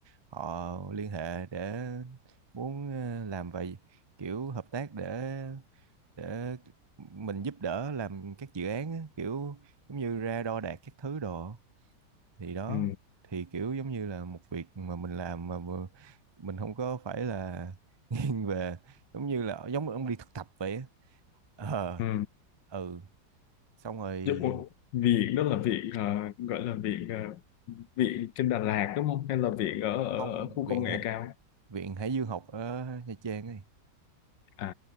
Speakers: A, on the right (about 25°); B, on the left (about 85°).
A: họ liên hệ để muốn ờ, làm vậy kiểu hợp tác để để mình giúp đỡ làm các dự án á, kiểu giống như ra đo đạc các thứ đồ thì đó
B: Ừ.
A: thì kiểu giống như là một việc mà mình làm mà vừa- mình không có phải là <laughs> nghiêng về giống như là giống như ông đi thực tập vậy á. ờ
B: Ừ.
A: ừ xong rồi
B: Chứ, ủa, viện đó là viện ờ, gọi là viện ờ, viện trên Đà Lạt đúng không? Hay là viện ở ở,
A: không
B: ở khu
A: viện
B: công nghệ
A: Hải-
B: cao?
A: viện Hải Dương học ở Nha Trang ấy
B: À